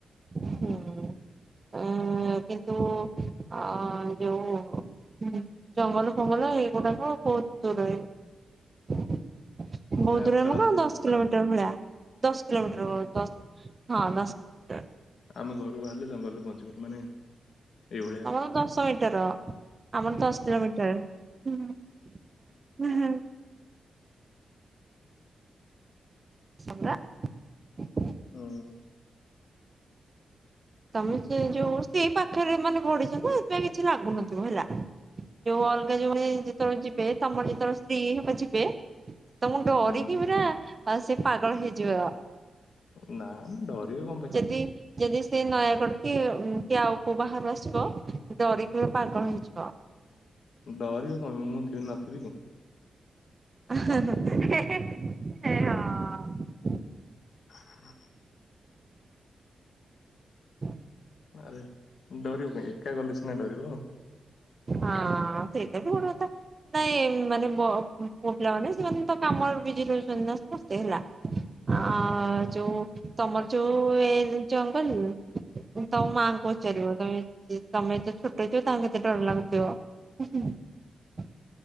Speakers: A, on the right; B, on the left.
A: ହୁଁ କିନ୍ତୁ ଆଁ ଯୋଉ ଜଙ୍ଗଲ ଫଙ୍ଗଲ ଏଗୁଡାକ ବହୁତ ଦୂରରେ ବହୁତ
B: ନା ଆମେ
A: ଦୂରରେ
B: ତ
A: ଆମକୁ
B: ରାତି
A: ଦଶ କିଲୋମିଟର ଭଳିଆ ଦଶ କିଲୋମିଟର
B: ଉଁ
A: ହେବ ଦଶ ହଁ ଦଶ
B: ଆମେ ଘରୁ ବାହାରିଲେ ଜଙ୍ଗଲରେ ପହଞ୍ଚୁ ଦୂର ମାନେ ଏଇଭଳିଆ ଆଉ।
A: ତମର ଦଶ ମିଟ ର ଆମର ଦଶ କିଲୋମିଟର ଦଶ ପରା <inaudible>
B: ହୁଁ
A: ତମେ ସେ ଯୋଉ ସେଇ ପାଖରେ ମାନେ ବଢିଛ ତୋ ଇଏଥିପାଇଁ କିଛି ଲାଗୁନଥିବ ହେଲା ଯୋଉ ଅଲଗା ଜଣେ ଯେତେବେଳେ ଯିବେ ତମର ଯେତେବେଳେ ସ୍ତ୍ରୀ ସାଙ୍ଗେ ଯିବେ ତ ମୁଣ୍ଡ ଡ଼ରିକି
B: ହୁଁ
A: ପୁରା ତା ସେ ପାଗଳ ହେଇଯିବ
B: ନା ନା ଡରିବ କଣ ପାଇଁ
A: ଯଦି ଯଦି ସେ ନୟାଗଡ଼ କି କି ଆଉ କୋଉ ବାହାରୁ ଆସିବ ଡରିକି ପାଗଳ ହେଇଯିବ।
B: ଡରିବ ହଁ ମୁଁ ଥିବି ନଥିବି କି?
A: ସେ ହଁ
B: ହଁ।
A: ହ <inaudible>
B: ଆରେ ଡରିବ କହିଁ ଏକା ଗଲେ ସିନା ଡରିବ
A: ହଁ ସେଇଟା ବି ଗୋଟେ କଥା ନାଇଁ ମାନେ ପ ପୁଅ ପିଲା ମାନେ ସେମାନେ ତ କାମର ବିଜି ରହିଛନ୍ତି ସମସ୍ତେ ହେଲା ଆ ଯୋଉ ତମର ଯୋଉ ଏ ଜଙ୍ଗଲ ତମ ମା ପଚା ପଚାରିବ ତମେ ତମେ ଯେ ଛୋଟ ହେଇଥିବ ତାଙ୍କୁ କେତେ ଡର ଲାଗୁଥିବ